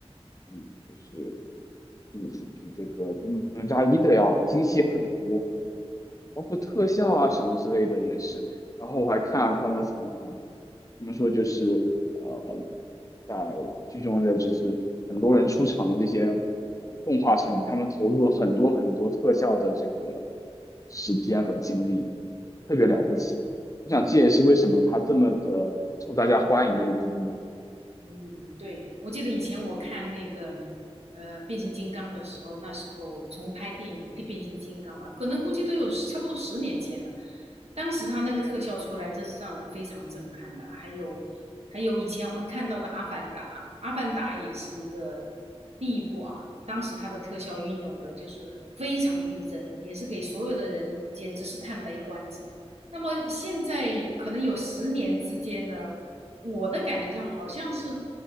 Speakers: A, on the left; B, on the right.
A: 嗯，就是比比这个比哪吒一的要精细很多，包括特效啊什么之类的也是。然后我还看了他们的采访，怎们说就是呃，在剧中的就是很多人出场的这些呃动画上面，他们投入了很多很多特效的这个时间和精力，特别了不起。我想这也是为什么它这么的受大家欢迎的原因吧。
B: 嗯。嗯，对，我记得以前我看那个呃变形金刚的时候，那时候重拍电影《变形金刚》嘛，可能估计都有十差不多十年前了。当时他那个特效出来，真是让人非常震撼的。还有还有以前我们看到的《阿凡达》，《阿凡达》也是一个第一部啊，当时它的特效运用的就是非常逼真，也是给所有的人简直是叹为观止。那么现在可能有十年之间呢。我的感觉上好像是，